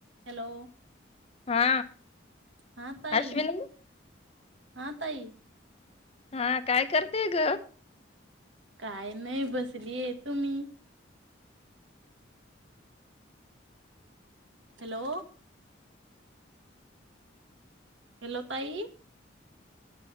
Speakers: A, on the right; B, on the left.
A: Hello
B: हा
A: हा ताई
B: अश्विनी
A: हा ताई
B: हा काय करते ग
A: काय नाही बसलीये तुम्ही? हॅलो हॅलो ताई